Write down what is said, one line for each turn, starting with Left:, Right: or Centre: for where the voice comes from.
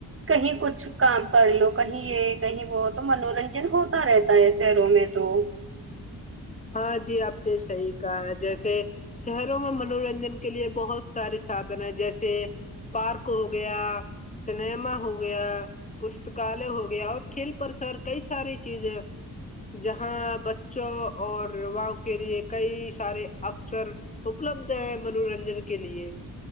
Right: کہیں کچھ کام کر لو کہیں یہ کہیں وہ تو منورنجن ہوتا رہتا ہے شہروں میں تو
Left: ہاں جی آپ نے صحیح کہا ہے جیسے شہروں میں منورنجن کے لیے بہت سارے سھن ہیں جیسے پارک ہو گیا سنیما ہو گیا پستکالے ہو گیا اور کھیل پر سر کئی ساری چیزیں جہاں بچوں اور واؤں کے لیے کئی سارے افسر اپلبدھ ہیں منورنجن کے لیے